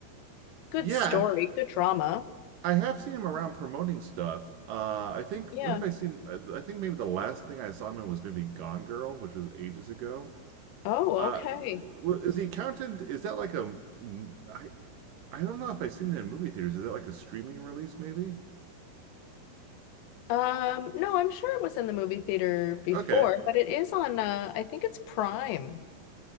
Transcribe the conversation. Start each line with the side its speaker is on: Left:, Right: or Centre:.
Left: good
Right: Yeah,
Left: story,
Right: and
Left: good drama?
Right: I have seen him around promoting stuff. Uh, I think what
Left: Yeah.
Right: have I seen? I I think maybe the last thing I saw him in was maybe Gone Girl, which was ages ago.
Left: Oh,
Right: Uh,
Left: okay.
Right: w- is the accountant? Is that like a? I I don't know if I've seen it in movie theaters. Is that like a streaming release? Maybe.
Left: Um, no, I'm sure it was in the movie theater before,
Right: Okay.
Left: but it is on uh I think it's Prime.